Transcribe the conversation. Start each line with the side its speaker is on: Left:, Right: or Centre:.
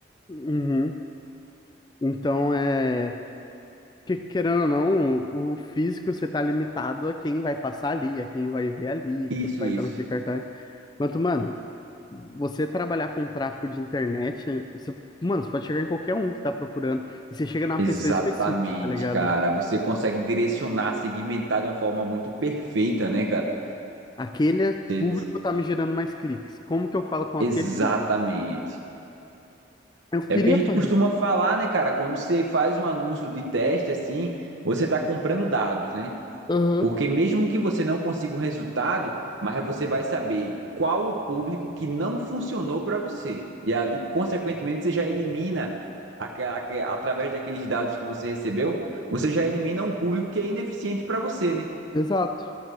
Left: Uhum. Então, é. que- querendo ou não, o o físico você tá limitado a quem vai passar ali, a quem vai ver ali,
Right: Isso,
Left: quem vai
Right: isso.
Left: estar naquele cartaz. Quanto, mano, você trabalhar com tráfego de internet, você, mano, você pode chegar em qualquer um que tá procurando, e você chega numa
Right: Exatamente,
Left: pessoa específica, tá ligado?
Right: cara. Você consegue direcionar, segmentar de uma forma muito perfeita, né, cara?
Left: Aquele
Right: Você-
Left: público tá me gerando mais cliques. Como que eu falo com
Right: Exatamente.
Left: aquele público? Eu
Right: É
Left: queria
Right: o que a gente
Left: fazer.
Right: costuma falar, né, cara? Quando você faz um anúncio de teste assim, você tá comprando dados, né?
Left: Uhum.
Right: Porque mesmo que você não consiga o resultado, mas você vai saber qual o público que não funcionou para você. E ali, consequentemente, você já elimina, aquela- aque- através daqueles dados que você recebeu, você já elimina um público que é ineficiente para você, né?
Left: Exato.